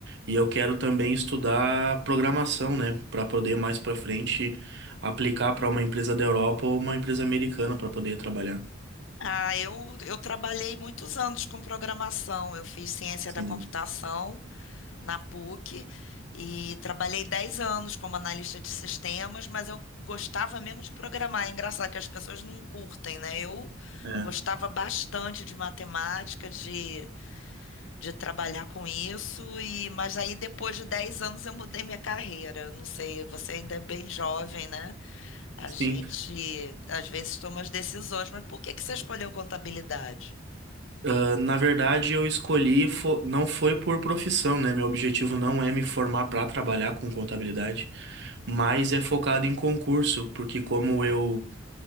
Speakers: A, on the right (about 65°); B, on the left (about 70°).
A: E eu quero também estudar programação, né, para poder mais para frente aplicar para uma empresa da Europa ou uma empresa americana para poder trabalhar.
B: Ah, eu, eu trabalhei muitos anos com programação. Eu fiz ciência
A: Sim.
B: da computação na PUC e trabalhei 10 anos como analista de sistemas, mas eu gostava mesmo de programar. É engraçado que as pessoas não curtem, né? Eu
A: É.
B: gostava bastante de matemática, de, de trabalhar com isso, e mas aí depois de 10 anos eu mudei minha carreira. Não sei, você ainda é bem jovem, né? A
A: Sim.
B: gente às vezes toma as decisões, mas por que que você escolheu contabilidade?
A: Ah, na verdade, eu escolhi, fo- não foi por profissão, né? Meu objetivo não é me formar para trabalhar com contabilidade, mas é focado em concurso, porque como eu,